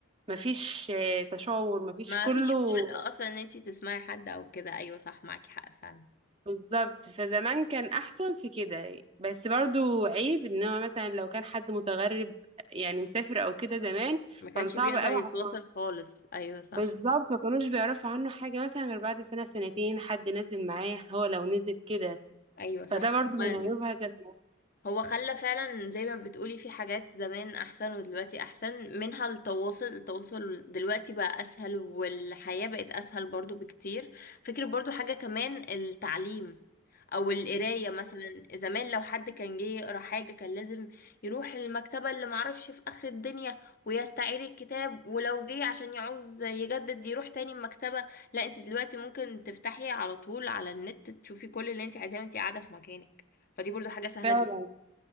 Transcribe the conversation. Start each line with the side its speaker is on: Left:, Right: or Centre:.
Right: مفيش آه، تشاور مفيش
Left: ما
Right: كله
Left: فيش خلق اصلا ان انتي تسمعي حد او كده ايوه صح معاكي حق فعلا
Right: بالظبط فزمان كان احسن في كده بس برضو عيب ان هو مثلا لو كان حد متغرب يعني مسافر او كده زمان
Left: ما كانش
Right: كان صعب
Left: بيقدر
Right: قوي
Left: يتواصل
Right: على مصر
Left: خالص ايوه صح
Right: بالظبط ما كانوش بيعرفوا عنه حاجه مثلا غير بعد سنه سنتين حد نزل معاه هو لو نزل كده
Left: ايوه صح
Right: فده برضو
Left: هما
Right: من عيوبها ذات نفسها.
Left: هو خلى فعلا زي ما بتقولي في حاجات زمان احسن ودلوقتي احسن منها التواصل التواصل دلوقتي بقى اسهل والحياة بقت اسهل برضو بكتير فكرة برضو حاجة كمان التعليم او القراية مثلا زمان لو حد كان جه يقرا حاجة كان لازم يروح المكتبة اللي معرفش في اخر الدنيا ويستعير الكتاب ولو جه عشان يعوز يجدد يروح تاني المكتبة لا انت دلوقتي ممكن تفتحي على طول على النت تشوفي كل اللي انت عايزاه وانت قاعدة في مكانك فدي برضو حاجة سهلة
Right: فعلا
Left: جدا